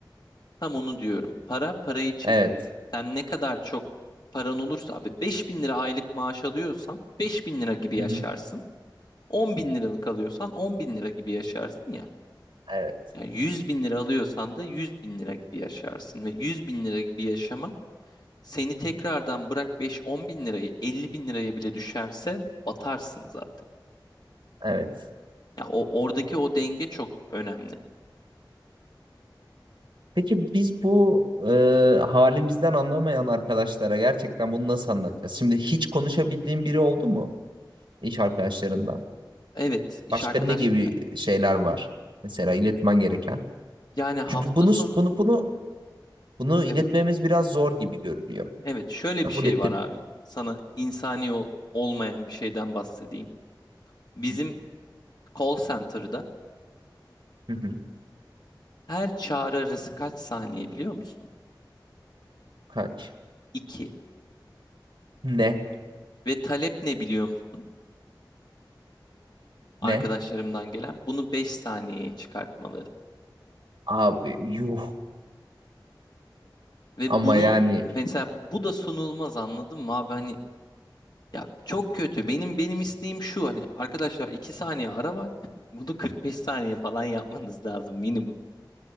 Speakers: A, on the left; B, on the right.
A: tam onu diyorum. Para parayı çekiyor.
B: Evet.
A: Sen ne kadar çok paran olursa abi 5000 lira aylık maaş alıyorsan 5000 lira gibi yaşarsın.
B: Hı hı.
A: 10 bin liralık alıyorsan 10 bin lira gibi yaşarsın ya.
B: Evet.
A: Yani 100 bin lira alıyorsan da 100 bin lira gibi yaşarsın. Ve 100 bin lira gibi yaşamak seni tekrardan bırak 5-10 bin lirayı 50 bin liraya bile düşerse batarsın zaten.
B: Evet.
A: Ya o oradaki o denge çok önemli.
B: Peki biz bu e, halimizden anlamayan arkadaşlara gerçekten bunu nasıl anlatacağız? Şimdi hiç konuşabildiğin biri oldu mu iş arkadaşlarında?
A: Evet, iş
B: Başka
A: arkadaşım
B: ne gibi
A: yani.
B: şeyler var? Mesela iletmen gereken.
A: Yani hafta
B: Çünkü bunu
A: sonu
B: bunu bunu bunu
A: evet
B: iletmemiz biraz zor gibi görünüyor.
A: evet şöyle
B: Kabul
A: bir şey
B: ettim.
A: var abi. Sana insani ol- olmayan bir şeyden bahsedeyim. Bizim
B: Hı hı.
A: call center'da
B: Hı hı.
A: her çağrı arası kaç saniye biliyor musun?
B: Kaç?
A: 2.
B: Ne?
A: Ve talep ne biliyor musun? Arkadaşlarımdan
B: Ne?
A: gelen bunu 5 saniyeye çıkartmaları.
B: Abi yuh.
A: Ve
B: Ama
A: bunu
B: yani
A: mesela bu da sunulmaz anladın mı abi? Hani Ya çok kötü. Benim benim isteğim şu hani arkadaşlar 2 saniye ara var. <laughs> Bunu 45 saniye falan yapmanız lazım minimum.